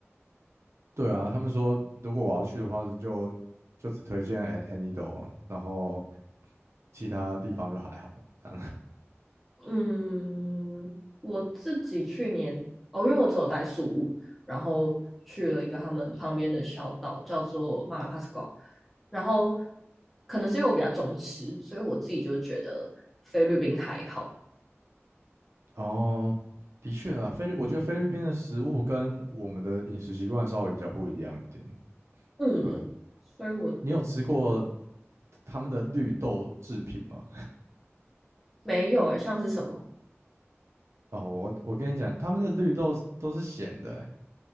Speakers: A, on the right; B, in the centre.
A: 对啊，他们说如果我要去的话，就就只推荐 An- Anido，然后其他地方就还好。这
B: 嗯，我自己去年哦，因为我只有待宿务，然后去了一个他们旁边的小岛，叫做马拉帕斯瓜。然后可能是因为我比较重吃，所以我自己就觉得菲律宾还好。
A: 哦，的确啊，菲律，我觉得菲律宾的食物跟我们的饮食习惯稍微比较不一样一点。
B: 嗯，
A: 对，
B: 所以我
A: 你有吃过他们的绿豆制品吗？
B: 没有诶，像是什么？
A: 哦，我我跟你讲，他们的绿豆是都是咸的欸，